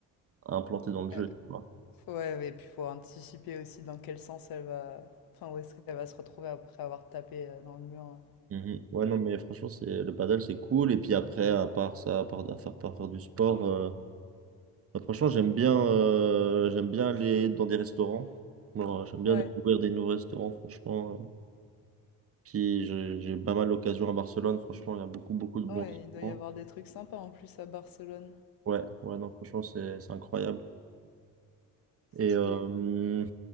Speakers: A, on the right; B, on the left.
A: à implanter dans le jeu,
B: Euh,
A: tu vois.
B: Ouais, ouais, et puis faut anticiper aussi dans quel sens elle va. Enfin, où est-ce qu'elle va se retrouver après avoir tapé euh, dans le mur.
A: Mhm. Ouais, non, mais franchement, c'est le paddle, c'est cool. Et puis après, à part ça, à part à faire, par faire du sport, euh, bah, franchement, j'aime bien, euh, j'aime bien aller dans des restaurants. Genre, euh, j'aime bien
B: Ouais,
A: découvrir des nouveaux restaurants, franchement. euh. Puis j'ai j'ai pas mal d'occasions à Barcelone, franchement, il y a beaucoup, beaucoup de bons
B: Ouais. ouais,
A: restaurants.
B: il doit y avoir des trucs sympas en plus à Barcelone.
A: Ouais, ouais, non, franchement, c'est c'est incroyable. Et,
B: Stylé.
A: euh,